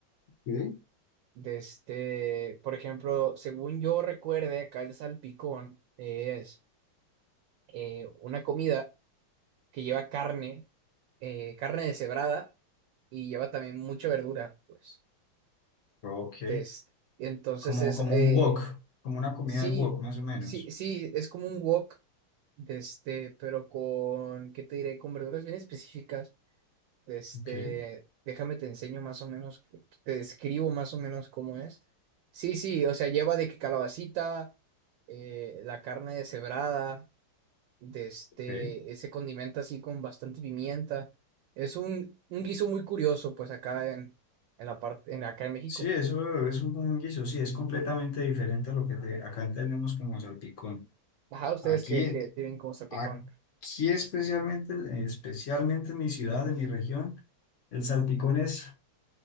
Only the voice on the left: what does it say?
¿Sí?
Ok.
Como,
como
un wok, como una comida
de wok, más o menos.
Ok,
ok.
Sí, eso es un, un guiso, sí, es completamente diferente a lo que te- acá entendemos como salpicón.
Aquí,
eh,
aquí especialmente, especialmente en mi ciudad, en mi región, el salpicón es